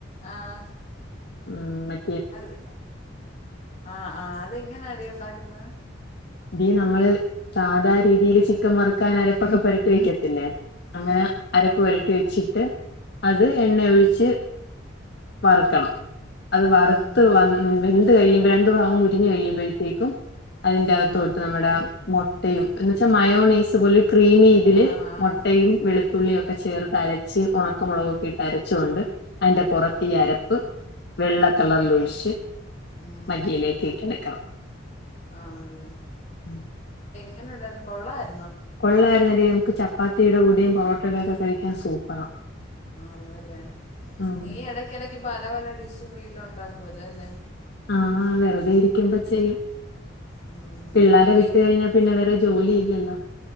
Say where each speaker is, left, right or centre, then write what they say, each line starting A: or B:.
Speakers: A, on the left; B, on the left.
A: ആഹ്
B: ഉം മറ്റ്
A: അത് ആഹ് -ആഹ് അതെങ്ങനാടി ഒണ്ടാക്കുന്നെ
B: ഡി നമ്മള് സാധാ രീതിയില് ചിക്കൻ വറുക്കാൻ അരപ്പൊക്കെ പൊരട്ടി വെക്കത്തില്ലേ അങ്ങനെ
A: ഉം,
B: അരപ്പ് പുരട്ടി വെച്ചിട്ട് അത്
A: ഉം,
B: എണ്ണ ഒഴിച്ച് വറക്കണം അത് വറുത്ത്
A: ഉം, ഉം, ഉം,
B: വന്ന് വെ ന്ത് കഴിയുമ്പം രണ്ടു ഭാഗം മൊരിഞ്ഞു കഴിയുമ്പോഴത്തേക്കും അതിന്റെ
A: ഉം.
B: അകത്തോട്ട് നമ്മടെ മൊട്ടയും എന്ന് വെച്ചാ മയോണൈസ് പോലെ ക്രീമി ഇതില്
A: ആ ആ ആ.
B: മൊട്ടയും വെളു ത്തുള്ളിയൊക്കെ ചേർത്ത് അരച്ച് ഒണക്കമൊളകൊക്കെ ഇട്ട് അരച്ച് കൊണ്ട് അതിന്റെ പൊറത്ത് ഈ അരപ്പ് വെള്ള കളറിലൊഴിച്ച്
A: ഉം.
B: മല്ലിയിലക്കിട്ട് എളക്കണം
A: ആണല്ലേ
B: ഉം
A: എങ്ങനെ ഉണ്ടായിരുന്നു കൊള്ളാര്
B: കൊള്ളായിരുന്നെഡി നമുക്ക് ചപ്പാത്തിയുടെ കൂടെയും പൊറോട്ടയുടൊക്കെ കഴിക്കാൻ സൂപ്പറാ
A: ആന്നല്ലേ
B: ഉം
A: നീ എടക്കെടക്ക് പല പല ഡിഷും വീട്ടിലൊണ്ടാക്കുവല്ലൊ അല്ലെ
B: ആ വെറുതെ ഇരിക്കുമ്പോ ചെയ്യും
A: ഉം,
B: പിള്ളാരെ
A: നീ
B: വിട്ട് കഴിഞ്ഞാ പിന്നെ വേറെ ജോലി ഇല്ലല്ലോ